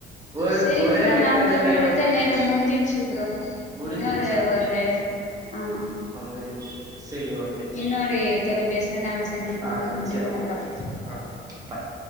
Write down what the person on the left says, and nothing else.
செரி
ப்ரோ நாமளுக்கு
குடுத்த
நேரோ முடிஞ்சிடுச்சு ப்ரோ
இன்னோரு ஒரு ஆமா
இன்னோரு தொலைபேசி நா சந்திப்போ
நாங்க
நன்றி வணக்கம்